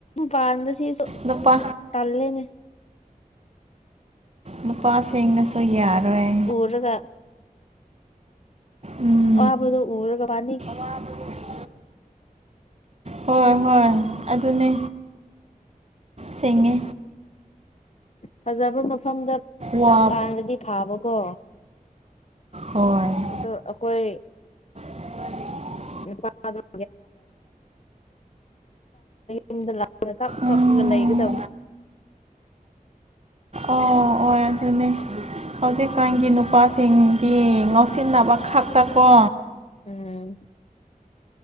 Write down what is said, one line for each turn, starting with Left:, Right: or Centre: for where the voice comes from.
Left: ꯄꯥꯗꯁꯤ
Right: ꯅꯨꯄꯥ
Left: ꯇꯜꯂꯦꯅꯦ
Right: ꯅꯨꯄꯥꯁꯤꯡꯅꯁꯨ ꯌꯥꯔꯣꯏ
Left: ꯄꯨꯔꯒ
Right: ꯎꯝ
Left: ꯋꯥꯕꯨꯗ ꯎꯔꯒ ꯋꯥ
Right: ꯑ ꯍꯣꯏ ꯍꯣꯏ ꯑꯗꯨꯅꯦ ꯁꯦꯡꯉꯦ
Left: ꯐꯖꯕ ꯃꯐꯝꯗ ꯄꯥꯟꯕꯥꯟꯗꯗꯤ
Right: ꯋꯥꯞ
Left: ꯐꯥꯕꯀꯣ
Right: ꯍꯣꯏ
Left: ꯑꯗꯣ ꯑꯩꯈꯣꯏ
Right: ꯑ
Left: <unintelligible> ꯌꯨꯝꯗ ꯂꯥꯛꯑꯒ ꯀ ꯀꯞꯂꯒ
Right: ꯎꯝ
Left: ꯂꯩꯒꯗꯕ
Right: ꯑꯣ ꯑꯣ ꯑꯗꯨꯅꯦ ꯍꯧꯖꯤꯛꯀꯥꯟꯒꯤ ꯅꯨꯄꯥꯁꯤꯡꯗꯤ ꯉꯥꯎꯁꯤꯟꯅꯕ ꯈꯛꯇꯀꯣ
Left: ꯎꯝ